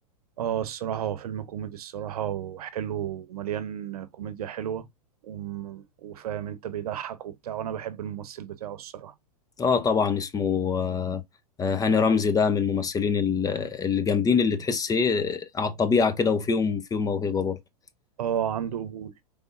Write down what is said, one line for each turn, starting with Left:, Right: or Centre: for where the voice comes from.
Right: اه الصراحة هو فيلم كوميدي الصراحة وحلو ومليان كوميديا حلوة وم- وفاهم انت بيضحك وبتاع وانا بحب الممثل بتاعه الصراحة
Left: اه طبعا اسمه آه، آه، هاني رمزي ده من الممثلين ال- الجامدين اللي تحس ايه على الطبيعة كده وفيهم فيهم موهبة برضه
Right: اه عنده قبول